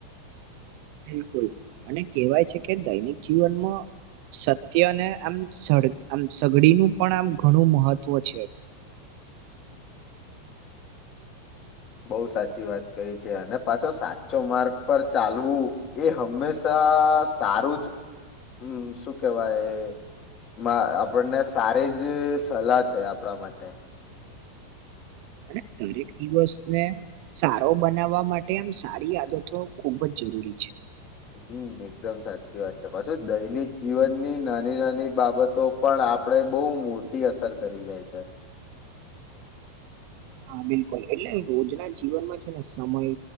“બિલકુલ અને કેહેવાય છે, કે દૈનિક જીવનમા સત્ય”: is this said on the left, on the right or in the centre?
Right